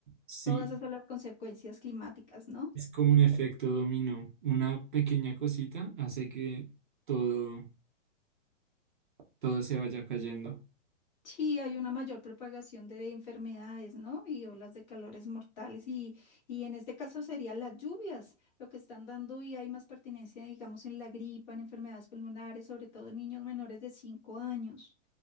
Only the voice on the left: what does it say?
todas esas son las consecuencias climáticas, ¿no?
Sí, hay una mayor propagación de enfermedades, ¿no? Y olas de calores mortales y, y en este caso serían las lluvias lo que están dando y hay más pertinencia, digamos, en la gripa, en enfermedades pulmonares, sobre todo en niños menores de 5 años